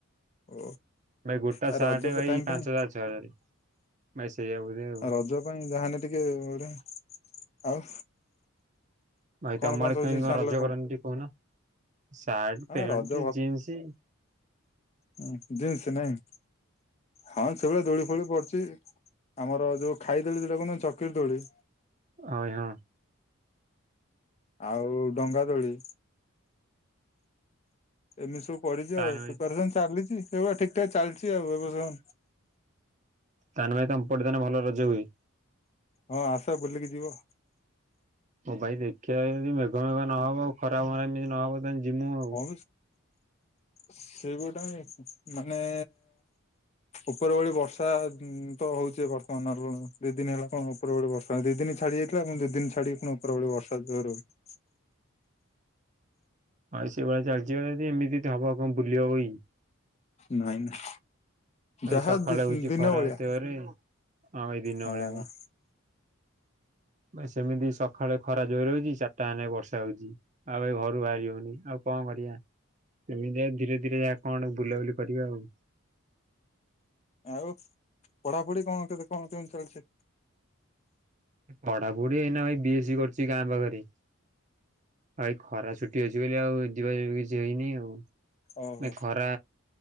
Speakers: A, on the left; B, on the right.
A: ଓ
B: ଭାଇ ଗୋଟା
A: ଆଉ
B: ସାର୍ଟ
A: ରଜ
B: ଭାଇ
A: ଟାଇମ
B: ପାଞ୍ଚ
A: ପାଇଁ
B: ହଜାର ଛଅ ହଜାର ଭାଇ ସେଇଆ ବଧ ଆଉ।
A: ରଜ ପାଇଁ ଯାହାନେ ଟିକେ ଗୋଟେ ଆଉ
B: ଭାଇ
A: କଣ
B: ତମଆଡେ
A: ସବୁ
B: କେମିତି
A: ଜିନିଷ
B: କଣ
A: ଆଣିଲ
B: ରଜ କରନ୍ତିି? କହୁନ ସାର୍ଟ
A: ହଁ
B: ପ୍ୟାଣ୍ଟ
A: ରଜ
B: ଜିନ୍ସ।
A: ହଁ ଜିନ୍ସ ନାଇଁ ହଁ ସେଭଳିଆ ଦୋଳି ଫୋଳି ପଡୁଛି। ଆମର ଯୋଉ ଖାଇଦୋଳି ଯଉଟା କହୁହନ୍ତି ଚକିରୀ ଦୋଳି
B: ଅ ଏ ହଁ।
A: ଆଉ ଡଙ୍ଗା ଦୋଳି। ଏମିତି ସବୁ ପଡି ଚି
B: ତାହେଲେ
A: ଆଉ ପ୍ରିପାରେସନ
B: ଭାଇ
A: ଚାଲିଛି ସେଇଭଳିଆ ଠିକ ଠାକ ଚାଲିଛି ଆଉ ଏ ବସ
B: ତାନେ ଭାଇ ତମ୍ ପଟେ ତାନେ ଭଲ ରଜ ହୁଏ?
A: ହଁ ଆସ ବୁଲିକି ଯିବ।
B: ଓ ଭାଇ ଦେଖିବା ଏମତି ମେଘ ମେଘ ନହବ ଆଉ ଖରାପ ମରା ଏମିତି ନହବ ତାନେ ଜୀମୁ।
A: ହଁ ସେ ଗୋଟା ମାନେ ଉପର ଓଳି ବର୍ଷା ତ ହଉଛି ବର୍ତ୍ତମାନର ଦି ଦିନ ହେଲା କଣ ଉପରଳି ବର୍ଷା ଦି ଦିନ ଛାଡି ଯାଇଥିଲା ପୁଣି ଦି ଦିନ ଛାଡିକି ପୁଣି ଉପର ଓଳି ବର୍ଷା ଜୋର ହୋଉଚି।
B: ଭାଇ ସେଭଳିଆ ଚାଲିଛିି ଏମିତି ହବ କଣ ବୁଲିବ ହବ କି?
A: ନାଇଁ।
B: ଭାଇ
A: ଯାହା
B: ସକାଳେ ହଉଛି
A: ଦିନ
B: ଖରା
A: ବଳିଆ
B: ଏତେ ଜୋରେ ହଁ ଭାଇ ଦିନ
A: ହଁ।
B: ବେଳିଆ ବା। ସେମିତି ସକାଳେ ଖରା ଜୋର ରହୁଛି ଚାରିଟା ହେନେ ବର୍ଷା ଜୋର ହଉଛି। ଆଉ ଭାଇ ଘରୁ ବାହାରି ହଉନି ଆଉ କଣ କରିଆ ଏମିତି ଯା ଧୀରେ ଧୀରେ ଯାହା କଣ ବୁଲାବୁଲି କରିବା ଆଉ
A: ଆଉ ପଢାପଢି କଣ କେତେ କଣ କେମତି ଚାଲିଛି?
B: ପଢା ପଢି ଏଇନା ଭାଇ ବି ଏସ୍ ସି କରୁଛି ଗାଁ ପାଖରେ ଆଉ ଏଇ ଖରା ଛୁଟି ଅଛି ବୋଲି ଆଉ ଯିବାଯିବି କିଛି ହେଇନି ଆଉ
A: ଓହୋ
B: ଏ ଖରା